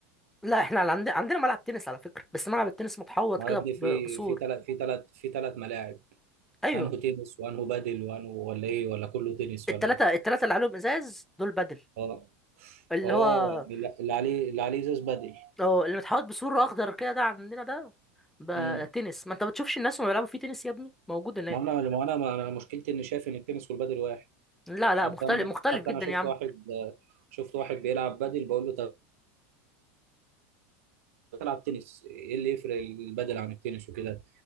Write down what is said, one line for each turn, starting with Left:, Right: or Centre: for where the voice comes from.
Centre: لا احنا عندنا عندنا ملعب تنس على فكره بس ملعب التنس متحوط
Right: ما
Centre: كده
Right: يا ابني في
Centre: ب- بسور
Right: في ثلاث في ثلاث في ثلاث ملاعب
Centre: ايوه
Right: انه تنس وانه بدل وانه ولا ايه ولا كله تنس
Centre: التلاته
Right: ولا
Centre: التلاته اللي عليهم ازاز دول بدل
Right: اه
Centre: اللي
Right: اه
Centre: هو
Right: يعني لا- اللي عليه اللي عليه ازاز بدل
Centre: اه اللي متحوط بسور اخضر كده ده عندنا ده بقى
Right: امم
Centre: تنس ما انت بتشوفش الناس وهم بيلعبوا فيه تنس يا ابني موجود هناك
Right: ما انا ما انا ما انا مشكلتي اني شايف ان التنس والبدل واحد
Centre: لا لا
Right: حتى
Centre: مختلف
Right: انا
Centre: مختلف
Right: حتى
Centre: جدا
Right: انا شفت
Centre: يا عم
Right: واحد شفت واحد بيلعب بدل بقول له طب العب تنس ايه اللي يفرق البدل عن التنس وكده